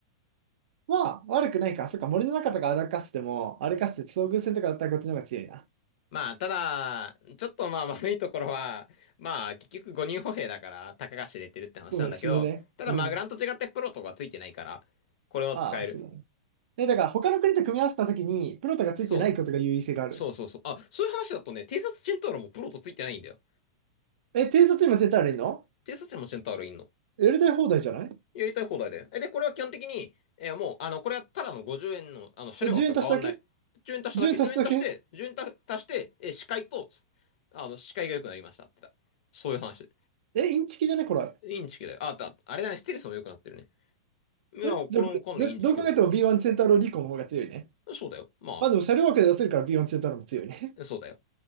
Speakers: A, on the right; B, on the left.
A: まあ、悪くないか。そっか、森の中とか歩かせても、歩かせて遭遇戦とかだったらこっちの方が強いな。
B: まあ、ただ、ちょっとまあ悪いところは、まあ、結局5人歩兵だから、たかが知れてるって話なんだけど、
A: そうだね、死ぬね。
B: ただマグランと違ってプロとかついてないから、
A: うん。
B: これは使える。
A: ああ、そうだね。え、だから他の国と組み合わせたときに、プロトがついてないことが優位性がある。
B: そう、そうそうそう。あ、そういう話だとね、偵察チェンターロもプロとついてないんだよ。
A: え、偵察今絶対あるの
B: 偵察にもチェンターロいんの。
A: やりたい放題じゃない
B: やりたい放題で。え、で、これは基本的に、えーもう、あの、これはただの50円の、あの、車両枠と変わんない。
A: え、10円足しただけ
B: 10円足しただけ、
A: ?10 円足しただけ
B: 10円足して、1円足して、えー視界と、あの、視界が良くなりましたってだ。そういう話。
A: え、インチキじゃねこれ。
B: インチキだよ。あ、だ、あれだね、ステルスも良くなってるね。いや、
A: え、
B: これもかなりインチキ起こる
A: じゃあこれ、ぜどう考えても B1 チェンタローリコの方が強いね。
B: よ。そうだよ。ま
A: まあでも車両枠で出せるから B1 チェンタローも強いね。
B: あ、そうだよ。